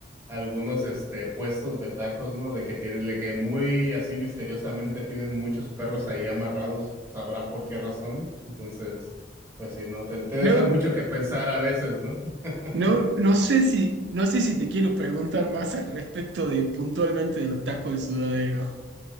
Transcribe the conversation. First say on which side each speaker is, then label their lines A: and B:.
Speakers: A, on the right; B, on the right.
A: algunos este puestos de tacos, ¿no? De que tienen, de que muy así misteriosamente tienen muchos perros ahí amarrados, sabrá por qué razón. Entonces, pues sí, ¿no? Te, te deja
B: no,
A: mucho que pensar a veces, ¿no? <laughs>
B: no, no sé si, no sé si te quiero preguntar más al respecto de puntualmente de los tacos de sudadero.